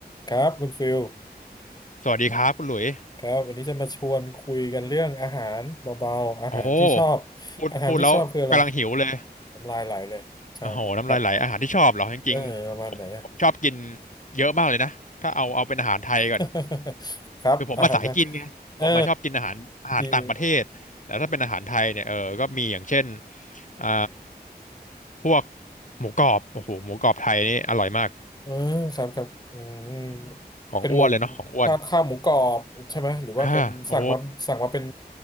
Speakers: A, on the left (about 25°); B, on the left (about 50°).
A: ครับคุณฟิล
B: สวัสดีครับคุณหลุย
A: ครับวันนี้จะมาชวนคุยกันเรื่องอาหารเบาๆอาหารที่ชอบ
B: โอ้พูดพูดแล้วกำลังหิวเลย
A: อาหารที่ชอบคืออะไรน้ำลายไหลเลยใช่ครับ
B: โอ้โหน้ำลายไหลอาหารที่ชอบเหรอจริงๆผมผมชอบกิน
A: เออประมาณไหนอะ
B: เยอะมากเลยนะถ้าเอาเอาเป็นอาหารไทยก่อน
A: <laughs> ครับอาหารนะ
B: คือผมมาสายกินไงผมมาชอบกินอาหารอาหารต่างประเทศแต่ถ้าเป็นอาหารไทยเนี่ยเออก็มีอย่างเช่น
A: เออดี
B: อ่าพวกหมูกรอบโอ้โหหมูกรอบไทยนี่อร่อยมาก
A: เออครับครับอืม
B: ของอ้วนเลยเนาะของอ้วน
A: เป็นหมูข้าวข้าวหมูกรอบใช่ไหมหรือว่าเป็นสั่งมาสั่งมาเป็น
B: อ่าโอ้